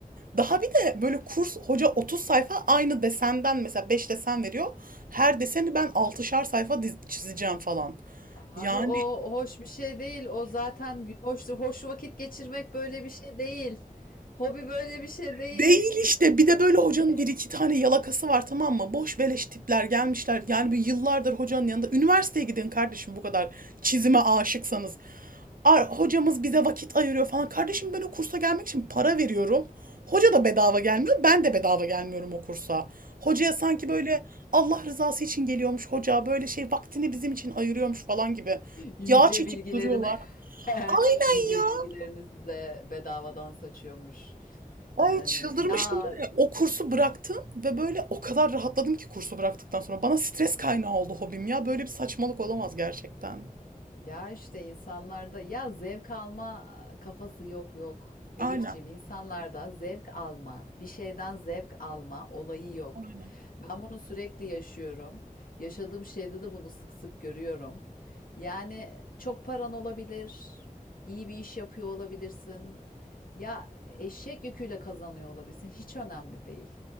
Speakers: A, on the right; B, on the left.
A: Daha bir de böyle kurs hoca 30 sayfa aynı desenden mesela 5 desen veriyor. Her deseni ben altışar sayfa diz- çizeceğim falan.
B: Abi
A: Yani
B: o hoş bir şey değil. O zaten gü- hoş hoş vakit geçirmek böyle bir şey değil. Hobi böyle bir şey değil.
A: Değil işte. Bir de böyle hocanın
B: <laughs>
A: bir iki tane yalakası var tamam mı? Boş beleş tipler gelmişler. Yani bir yıllardır hocanın yanında. Üniversiteye gidin kardeşim bu kadar çizime aşıksanız. Ar- hocamız bize vakit ayırıyor falan. Kardeşim ben o kursa gelmek için para veriyorum. Hoca da bedava gelmiyor. Ben de bedava gelmiyorum o kursa. Hocaya sanki
B: Tabii
A: böyle
B: canım.
A: Allah rızası için geliyormuş hoca. Böyle şey vaktini bizim için ayırıyormuş falan gibi.
B: Yüce
A: Yağ çekip
B: bilgilerini
A: duruyorlar.
B: <laughs>
A: Aynen
B: yüce
A: ya.
B: bilgilerini size bedavadan saçıyormuş.
A: Ay
B: Yani
A: çıldırmıştım
B: ya
A: değil mi? O kursu bıraktım ve böyle o kadar rahatladım ki kursu bıraktıktan sonra. Bana stres kaynağı oldu hobim ya. Böyle bir saçmalık olamaz gerçekten.
B: Ya işte insanlarda ya zevk alma kafası yok yok. Elifciğim
A: Aynen,
B: insanlarda zevk alma, bir şeyden zevk alma olayı yok.
A: aynen,
B: Ben bunu sürekli yaşıyorum. Yaşadığım şeyde de bunu sık sık görüyorum. Yani çok paran olabilir, iyi bir iş yapıyor olabilirsin. Ya eşek yüküyle kazanıyor olabilirsin. Hiç önemli değil.